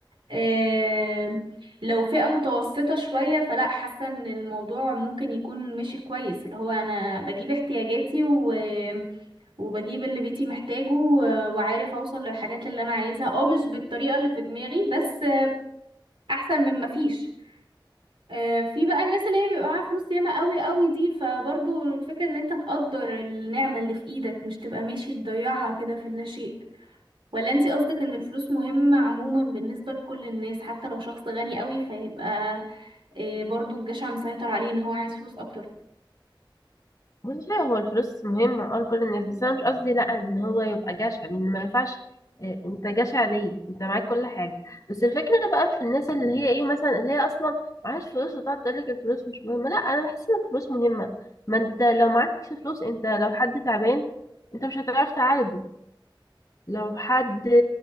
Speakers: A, on the right; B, on the left.
A: آم، لو فئة متوسطة شوية فلا حاسة ان الموضوع ممكن يكون ماشي كويس اللي هو انا بجيب احتياجاتي و... وبجيب اللي بيتي محتاجه و- وعارف اوصل للحاجات اللي انا عايزها اه مش بالطريقة اللي في دماغي بس احسن من مفيش آه، في بقى الناس اللي هي بيبقى معاها فلوس ياما قوي قوي دي فبرضو الفكرة ان انت تقدر النعمة اللي في ايدك مش تبقى ماشي تضيعها كده في اللاشيء ولا انتي قصدك ان الفلوس مهمة عموما بالنسبة لكل الناس حتى لو شخص غني قوي فيبقى آه، برضو الجشع مسيطر عليه ان هو عايز فلوس اكتر
B: مش عارفة، هو الفلوس مهمة اه لكل الناس بس أنا مش قصدي لأ إن هو يبقى جشع لأن ما ينفعش اه، انت جشع ليه انت معاك كل حاجة بس الفكرة بقى في الناس اللي هي ايه مثلا اللي هي أصلا معهاش فلوس وتقعد تقولك الفلوس مش مهمة لأ أنا بحس إن الفلوس مهمة ما انت لو معكش فلوس انت لو حد تعبان انت مش هتعرف تعالجه لو حد